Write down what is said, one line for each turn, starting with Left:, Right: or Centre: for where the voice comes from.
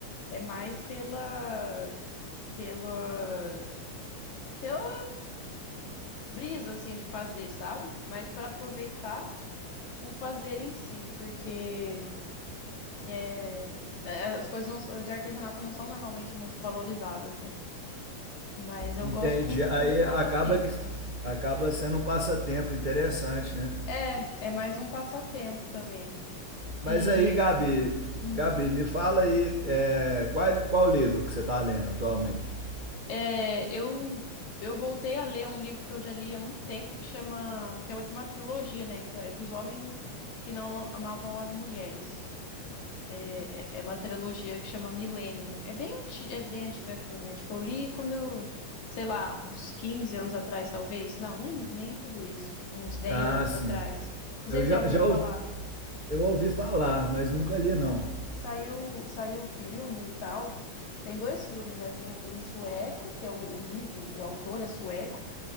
Left: É mais pela, pela, pela brisa, assim, de fazer, sabe? Mas para aproveitar o fazer em si, porque. É, é, as coisas não- de artesanato não são normalmente muito valorizadas, né? Mas eu
Right: Entendi.
Left: gosto como,
Right: Aí
Left: como passatempo
Right: acaba que
Left: mesmo.
Right: acaba sendo um passatempo interessante, né?
Left: É, é mais um passatempo também.
Right: Mas
Left: E
Right: aí, Gabi,
Left: hum,
Right: Gabi, me fala aí é, qual, qual livro que você está lendo atualmente?
Left: é, eu eu voltei a ler um livro que eu já li há muito tempo que chama que é de uma trilogia, né? Que é dos homens que não amavam as mulheres. É, é é uma trilogia que chama Millennium. É bem, anti- é bem antiga assim, né? Tipo, eu li quando eu, sei lá, uns 15 anos atrás, talvez. Não, nem, nem tudo isso. Uns dez
Right: Ah,
Left: anos
Right: sim.
Left: atrás. Não
Right: Eu
Left: sei se
Right: já,
Left: já ouviu
Right: já
Left: falar.
Right: ouvi, eu ouvi falar, mas nunca li
Left: É.
Right: não.
Left: Saiu, saiu o filme e tal. Tem dois filmes, né? Tem um filme sueco, que é o, o livro, o autor é sueco